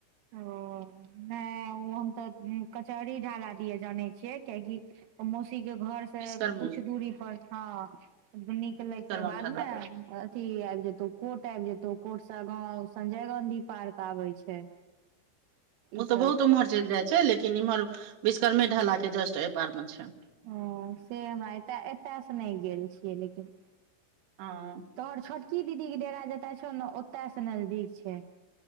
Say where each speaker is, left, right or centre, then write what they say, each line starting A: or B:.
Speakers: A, on the right; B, on the right.
A: ओ नहि ऊ हम तऽ कचहरी ढाला दिय जानै छियै किएकि ओ मौसी के घर से
B: विश्वकर्म
A: कुछ दूरी पर हं निकलै
B: विश्वकर्मा
A: के बाद
B: ढाला
A: ने अथी आबि जेतौ कोर्ट आबि जेतौ कोर्ट से आगाॅं संजय गांधी पार्क आबै छै
B: ओ
A: ई
B: तऽ
A: सब
B: बहुत उम्हर चलि जाइ छै लेकिन इम्हर विश्वकर्मे ढाला के जस्ट एहि पार मे छै।
A: ओ से हमरा एते एतयसे नहि गेल छियै लेकिन।
B: अंओ
A: तोहर छोटकी दीदी के डेरा जतय छौ ने ओतय से नजदीक छै।